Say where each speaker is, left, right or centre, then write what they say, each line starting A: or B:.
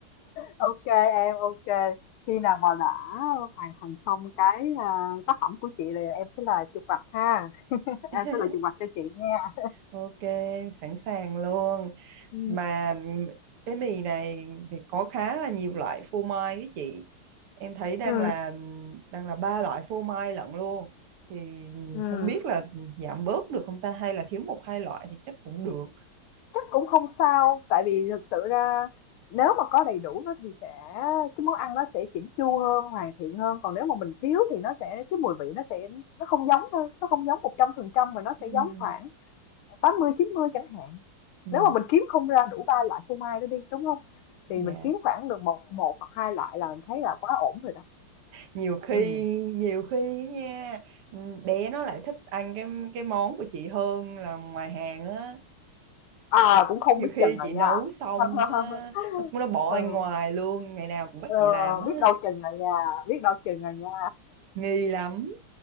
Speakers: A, on the left; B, on the right.
A: ok em ok khi nào mà đã hoàn thành xong cái à, tác phẩm của chị thì em sẽ là chụp mặt ha <laughs>
B: <laughs>
A: em sẽ là chụp mặt cho chị nha
B: Ok, sẵn sàng luôn.
A: Ừ.
B: Mà cái mì này thì có khá là nhiều loại phô mai ấy chị. Em thấy đang
A: Ừ.
B: là đang là ba loại phô mai lận luôn. Thì
A: Ừm,
B: không biết là giảm bớt được không ta hay là thiếu một hai loại thì chắc cũng được.
A: chắc cũng không sao, tại vì thực sự ra nếu mà có đầy đủ nó thì sẽ cái món ăn nó sẽ chỉnh chu hơn, hoàn thiện hơn. Còn nếu mà mình thiếu thì nó sẽ cái mùi vị nó sẽ nó không giống thôi, nó không giống 100% mà nó sẽ
B: Ừ,
A: giống khoảng tám mươi chín mươi chẳng hạn.
B: ừ,
A: Nếu mà mình kiếm không ra đủ ba loại phô mai đó đi, đúng không? Thì
B: dạ.
A: mình kiếm khoảng được một một hoặc hai loại là mình thấy là quá ổn rồi đó.
B: Nhiều khi
A: Ừ.
B: nhiều khi á nha, ừ, bé nó lại thích ăn cái cái món của chị hơn là ngoài hàng á.
A: À cũng không
B: nhiều
A: biết
B: khi
A: chừng rồi
B: chị
A: nha.
B: nấu xong
A: <laughs>
B: á, nó nó bỏ
A: ừ.
B: anh ngoài luôn ngày nào cũng bắt
A: Ờ,
B: chị làm á
A: biết đâu chừng rồi nha, biết đâu chừng rồi nha.
B: nghi lắm